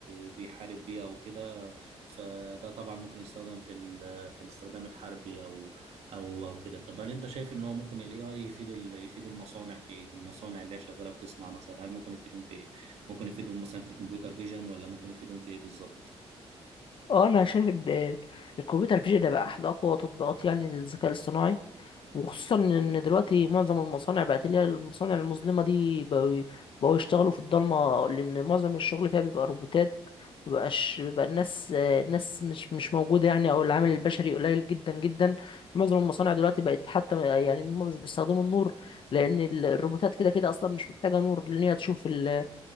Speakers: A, on the right; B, on the left.
A: وبيحارب بيه او كده فده طبعا ممكن يستخدم في ال- في الاستخدام الحربي او او او كده طب هل انت شايف ان هو ممكن الاي اي يفيد ال- يفيد المصانع في إيه؟ المصانع اللي هي شغاله بتصنع مثلا هل ممكن يفيدهم في إيه؟ ممكن يفيدهم مثلا في الكمبيوتر فيجن ولا ممكن يفيدهم في ايه بالظبط
B: اه انا شايف ان ال- الكمبيوتر فيجن ده بقى احد اقوى تطبيقات يعني الذكاء الاصطناعي وخصوصا ان دلوقتي معظم المصانع بقت اللي هي المصانع المظلمه دي بقوا بقوا يشتغلوا في الضلمه لان معظم الشغل فيها بيبقى روبوتات مبقاش بيبقى الناس آه، الناس مش مش موجوده يعني او العامل البشري قليل جدا جدا معظم المصانع دلوقتي بقت حتى يعني هم مش بيستخدموا النور لان ال- الروبوتات كده كده اصلا مش محتاجه نور لان هي تشوف ال ال